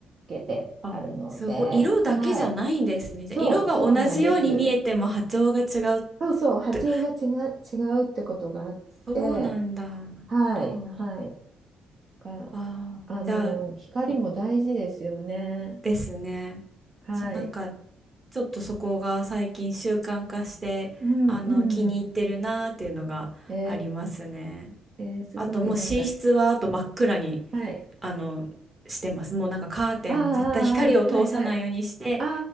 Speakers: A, on the right; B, on the right.
A: けてあるので、
B: あ、すごい。色だけじゃないんですね。
A: はい、
B: じゃあ色が同じように見えても波長が違うっ
A: そうそうなんです。そうそう波長が違う、
B: て。
A: 違うってことがあって、
B: そうなんだ。なるほど。
A: はいはいが
B: ああ、
A: あの光も大事ですよね。
B: じゃあ、おですね。
A: はい、
B: そう、なんか、ちょっとそこが最近習慣化して、
A: うんうん。
B: あの、気に入ってるなーっていうのがありますね。
A: えー、えーすごいなんかす
B: あともう寝室はあと真っ暗に、
A: はい
B: あの、してます。もうなんかカーテンも絶対光を通さないようにして、
A: あーあーあーはいはいあ